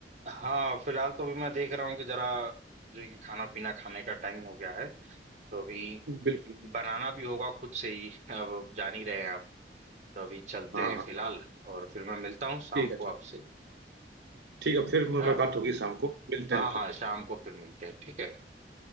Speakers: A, on the right; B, on the right.
A: हाँ फिलहाल तो अभी मैं देख रहा हूँ कि जरा जो है कि खाना पीना खाने का टाइम हो गया है तो अभी
B: बिल्कुल
A: बनाना भी होगा खुद से ही <laughs> अब जान ही रहे हैं आप तो अभी चलते
B: हाँ
A: हैं
B: हाँ
A: फिलहाल और फिर मैं मिलता हूँ शाम
B: ठीक है
A: को
B: ठीक
A: आपसे
B: ठीक है फिर मुलाकात
A: हाँ
B: होगी शाम को मिलते
A: हाँ
B: हैं
A: हाँ
B: फिर
A: शाम को फिर मिलते हैं ठीक है